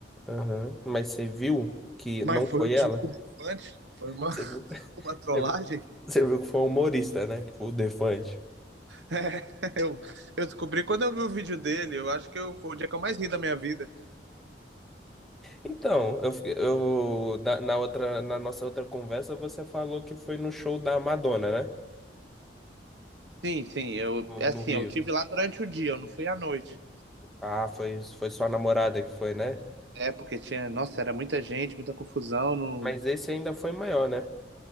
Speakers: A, in the centre; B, on the right.
A: Aham. Mas você viu que
B: Mas
A: não foi
B: foi o Diogo
A: ela?
B: Defante, foi uma,
A: Você
B: <laughs>
A: viu, <laughs>
B: uma trollagem.
A: você viu você viu que foi um humorista, né? Que foi o Defante.
B: É, <laughs> eu, eu descobri quando eu vi o vídeo dele, eu acho que eu, foi o dia que eu mais ri da minha vida.
A: Então, eu, fiquei- eu na, na outra, na nossa outra conversa, você falou que foi no show da Madonna, né?
B: Sim, sim, eu,
A: No,
B: é
A: no
B: assim,
A: Rio.
B: eu tive lá durante o dia, eu não fui à noite.
A: Ah, foi, foi sua namorada que foi, né?
B: É, porque tinha, nossa, era muita gente, muita confusão, não...
A: Mas esse ainda foi maior, né?